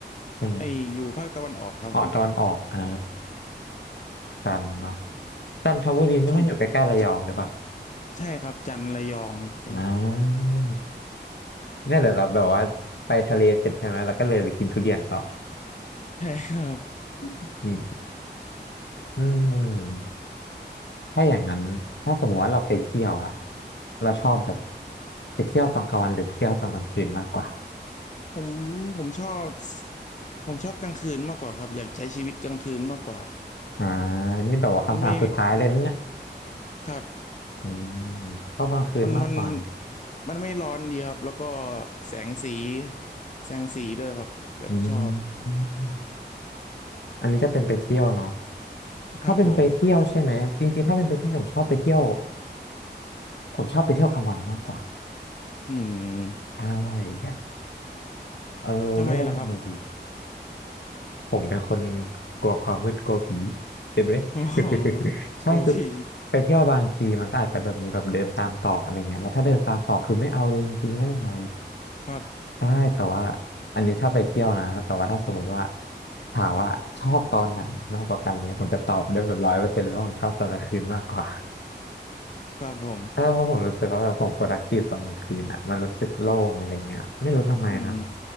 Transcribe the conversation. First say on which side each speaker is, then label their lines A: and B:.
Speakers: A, on the left; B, on the left.
A: ใช่ไหม
B: ไออยู่ภาคตะวันออกครับผม
A: อ๋อตอนออกอ่าจันทร์เนาะจันทบุรีนี่มันอยู่ใกล้ๆระยองหรือเปล่า
B: ชมจะใช่ครับจันทร์ระยองใช่
A: อ่าเนี่ยเดี๋ยวเราแบบว่าไปทะเลเสร็จใช่ไหมแล้วก็เลยไปกินทุเรียนต่อ
B: ใช่ครับ
A: <laughs> อืมอืมถ้าอย่างนั้นถ้าสมมติว่าเราไปเที่ยวอะเราชอบแบบไปเที่ยวตอนกลางวันหรือไปเที่ยวตอนกลางคืนมากกว่า
B: ผมผมชอบผมชอบกลางคืนมากกว่าครับอยากใช้ชีวิตกลางคืนมากกว่า
A: อ่านี่แบบว่าคำถามสุดท้ายเลยนะเนี่ย
B: มันไม่ครับ
A: อืมชอบกลางคืนมากกว่า
B: มันมันมันไม่ร้อนดีครับแล้วก็แสงสีแสงสีด้วยครับแบบชอบ
A: อืมอันนี้จะเป็นไปเที่ยวเนาะ
B: ครับผม
A: ถ้าเป็นไปเที่ยวใช่ไหมจริงๆถ้าเป็นไปเที่ยวผมชอบไปเที่ยวผมชอบไปเที่ยวกลางวันมากกว่า
B: อืม
A: ใช่แบบเออเรียกว่ายังไงดี
B: ทำไมล่ะครับ
A: ผมเป็นคนกลัวความมืดกลัวผีเห็นไหม
B: <laughs> โอ๋อกลัวผี
A: <laughs> ใช่คือไปเที่ยวบางทีมันก็อาจจะแบบมีแบบเดินตามตอกอะไรเงี้ยแล้วถ้าเดินตามตอกคือไม่เอาเลยจริงๆไม่ไหว
B: ครับ
A: ใช่แต่ว่าอันนี้ถ้าไปเที่ยวนะแต่ว่าถ้าสมมติว่าถามว่าชอบตอนไหนมากกว่ากันเนี่ยผมจะตอบได้แบบร้อยเปอร์เซ็นต์แล้ววาผมชอบตอนกลางคืนมากกว่า
B: ครับผม
A: ใช่เพราะผมรู้สึกว่าแบบผม productive ตอนกลางคืนอ่ะมันรู้สึกโล่งอะไรเงี้ยไม่รู้ทำไมนะ
B: อืม